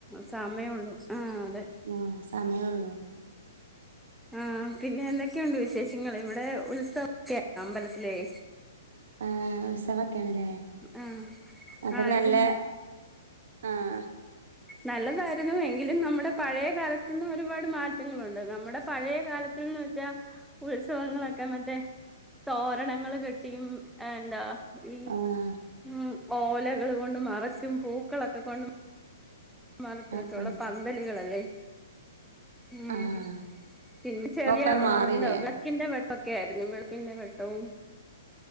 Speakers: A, in the centre; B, on the right.
A: സമയൊള്ളൂ ആ അതെ
B: ആഹ് സമയള്ളൂ
A: ആ പിന്നെ എന്തൊക്കെയുണ്ട് വിശേഷങ്ങള് ഇവിടെ ഉത്സവം ഒക്കെയ അമ്പലത്തിലെയ്
B: ആ ഉത്സവൊക്കേണല്ലേ
A: ആഹ്
B: അപ്പൊ
A: ആയിരുന്നു
B: നല്ല ആഹ്
A: നല്ലതായിരുന്നു എങ്കിലും നമ്മുടെ പഴയ കാലത്ത്ന്ന് ഒരുപാട് മാറ്റങ്ങളുണ്ട് നമ്മുടെ പഴയ കാലത്തിൽന്ന് വെച്ചാ ഉത്സവങ്ങളൊക്കെ മറ്റേ തോരണങ്ങള് കെട്ടിയും ഏ ന്താ ഉം
B: ആഹ്
A: ഉം ഓലകൾ കൊണ്ട് മറച്ചും പൂക്കളൊക്കെ കൊണ്ടും മറച്ചൊക്കെ
B: ആഹ്
A: ഒള്ള
B: ആഹ്
A: പന്തലുകളല്ലേ ഉം
B: ആഹ്
A: പിന്നെ ചെറിയ
B: ഇപ്പൊക്കെ
A: ഒ
B: മാറില്ലേ
A: എന്ത വെള്ക്കിന്റെ വെട്ട <unintelligible> വെളക്കിന്റെ വെട്ടവും